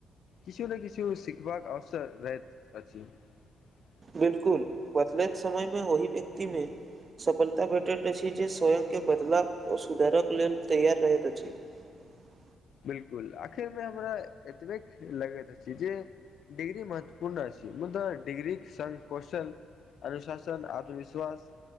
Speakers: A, on the left (about 65°); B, on the right (about 40°).
A: किछु ने किछु सीखबाक अवसर रहैत अछि। <unintelligible>
B: बिल्कुल बदलैत समयमे ओहि व्यक्तिमे सफलता भेटैत अछि जे स्वयंके बदलाव ओ सुधारक लेल तैयार रहैत अछि। <unintelligible>
A: बिल्कुल आखिर मे हमरा एतबेक लगैत अछ। <unintelligible> सी जे डिग्री महत्वपूर्ण आछि मुदा डिग्री के संग कौशल, अनुशासन, आत्मविश्वास